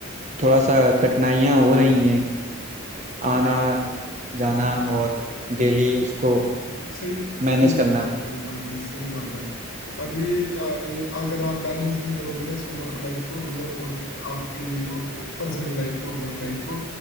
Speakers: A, on the right; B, on the left.
A: थोड़ा सा कठिनाइयाँ हो रही हैं आना जाना और डेली उसको
B: सही सही
A: मैनेज करना
B: बात है भाई भाई भाई सही बात है अभी अ- अगर आप बैलेंस नहीं करोगे ना इसको वर्क लाइफ को मतलब और आपकी मतलब पर्सनल लाइफ को और वर्क लाइफ को